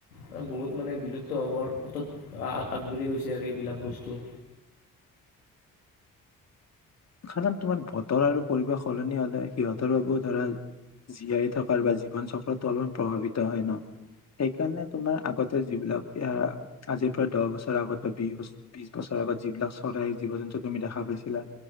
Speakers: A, on the left; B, on the left.
A: মানে বহুত মানে বিলুপ্ত হ'ব পথত আগবাঢ়ি গৈছে আৰু এইবিলাক বস্তু।
B: কাৰণ তোমাৰ বতৰ আৰু পৰিৱেশ সলনি হলে সিহঁতৰ বাবেও ধৰা জীয়াই থকাৰ বা জীৱন চক্ৰটো অলপমান প্ৰভাৱিত হয় ন সেইকাৰণে তোমাৰ আগতে যিবিলাক আজিৰ পৰা দহ বছৰ আগত বা বিছ বিশ বছৰৰ আগত যিবিলাক চৰাই জীৱ জন্তু তুমি দেখা পাইছিলা